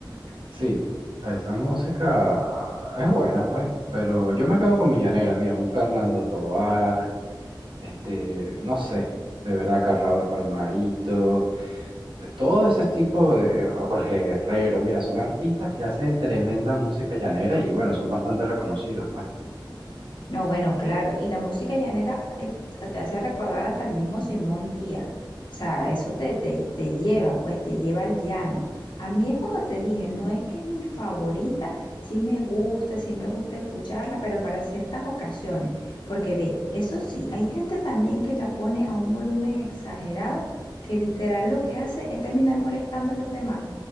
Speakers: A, on the right (about 80°); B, on the left (about 65°).
A: Sí, esa música es buena, pues, pero yo me quedo con Millanera, mira, un Fernando Tovar, este, no sé, de verdad, Carrao de Palmarito. eh, Todo ese tipo de Jorge Herrero, mira, son artistas que hacen tremenda música llanera y bueno, son bastante reconocidos, pues.
B: No, bueno, claro, y la música llanera eh, te hace recordar hasta el mismo Simón Díaz, o sea, eso te, te, te lleva, pues te lleva al llano. A mí es como te dije, no es que es mi favorita, sí me gusta, sí me gusta escucharla, pero para ciertas ocasiones, porque ve, eso sí, hay gente también que la pone a un volumen exagerado que literal lo que hace es terminar molestando a los demás.